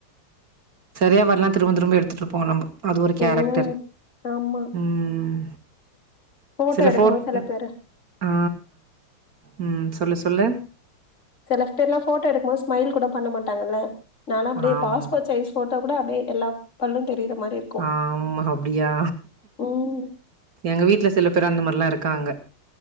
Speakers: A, on the right; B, on the left.
A: செரியா வர்ல திரும்பத் திரும்ப எடுத்துட்டு இருப்போம் நம்ம அது ஒரு கேரக்டர்
B: ம் ஆமா
A: ம்
B: போட்டோ
A: சில
B: எடுக்கும்போது
A: போட்
B: சில பேரு
A: ஆ ம் சொல்லு சொல்லு
B: சில பேர்லாம் போட்டோ எடுக்கும் போது ஸ்மைல் கூட பண்ண மாட்டாங்கல்ல நால்லா அப்டே
A: ஆம்.
B: பாஸ்போட் சைஸ் போட்டோ கூட அப்டே எல்லா பல்லும் தெரிற மாரி இருக்கு
A: ஆமா அப்டியா
B: ம்
A: எங்க வீட்ல சில பேர் அந்த மாரில்லாம் இருக்காங்க